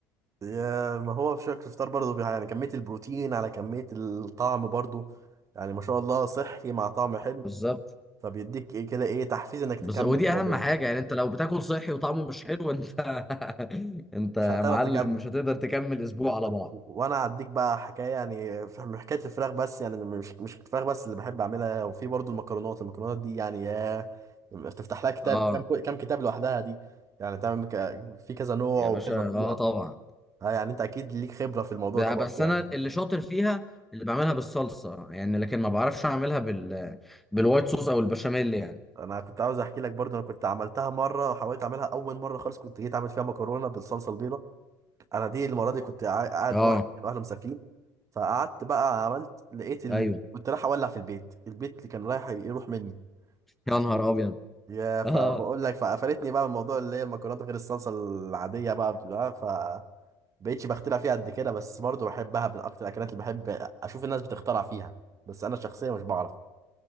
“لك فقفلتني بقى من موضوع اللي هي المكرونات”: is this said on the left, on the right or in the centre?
Right